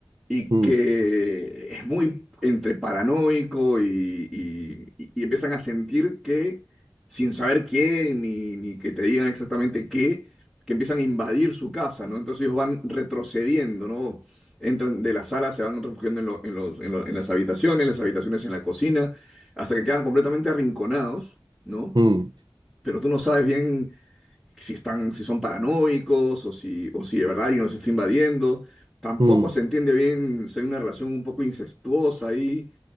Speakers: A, in the centre; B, on the right.
A: y
B: Mm,
A: que es muy entre paranoico y, y- y- empiezan a sentir que, sin saber quién ni, ni que te digan exactamente qué, que empiezan a invadir su casa, ¿no? Entonces ellos van retrocediendo, ¿no? Entran de la sala, se van refugiando en, lo- en los, en lo- en las habitaciones, las habitaciones en la cocina, hasta que quedan completamente arrinconados, ¿no?
B: mm,
A: Pero tú no sabes bien si están, si son paranoicos o si, o si de verdad alguien los está invadiendo. Tampoco
B: mm,
A: se entiende bien si hay una relación un poco incestuosa ahí,